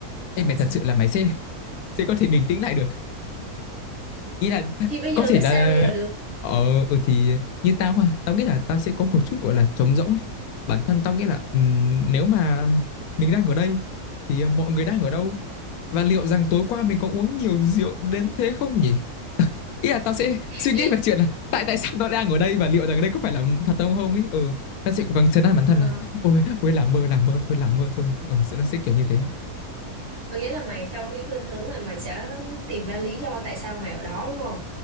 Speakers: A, on the left; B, on the right.
A: Ê
B: Còn
A: mày
B: mày
A: thật
B: sao
A: sự là mày sẽ sẽ có thể bình tĩnh lại được. ý là
B: thì bây giờ
A: có thể
B: biết
A: là
B: sao giờ được
A: ờ ừ thì như tao ha tao nghĩ là tao sẽ có một chút gọi là trống rỗng ấy bản thân tao nghĩ là ừm, nếu mà mình đang ở đây thì mọi người đang ở đâu và liệu rằng tối qua mình có uống nhiều rượu đến thế không nhỉ <laughs> ý là tao sẽ suy
B: ý,
A: nghĩ về chuyện là tại tại sao tao đang ở đây và liệu rằng đây có phải là thật không không ấy ừ tao sẽ cố gắng trấn an bản thân
B: ờ,
A: là ôi ôi làm mơ làm mơ thôi làm mơ thôi ừ sẽ- nó sẽ kiểu như thế
B: Có nghĩa là mày theo cái khuynh hướng là mày sẽ tìm ra lý do tại sao mày ở đó đúng không?